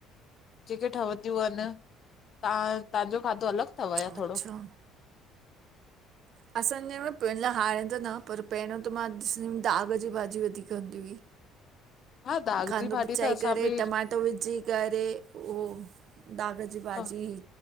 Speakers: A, on the left (about 35°); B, on the right (about 45°).
A: जेके ठवंदियूं अन, ता--तांजो खादो अलॻि अथव या
B: अच्छा।
A: थोरो <inaudible>
B: असांजे में पिलअं आऐ त न, पर पहिरियों त मां ॾिसंदी हुम्म धाॻ जी भाॼी वधीक हूंदी हुई।
A: <inaudible>
B: खंड
A: जी भाॼी
B: पचाए
A: त असां
B: करे,
A: बि
B: टमाटो विझी करे पो धाॻ जी भाॼी,
A: ख